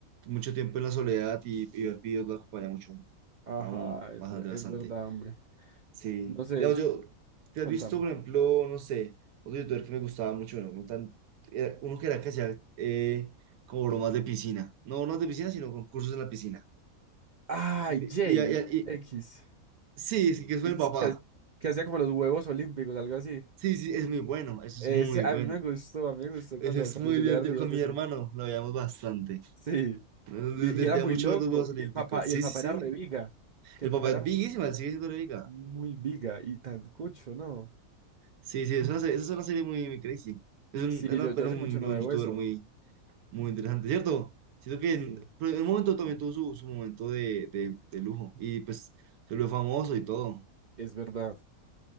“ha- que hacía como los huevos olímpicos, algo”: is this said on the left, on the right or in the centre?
Right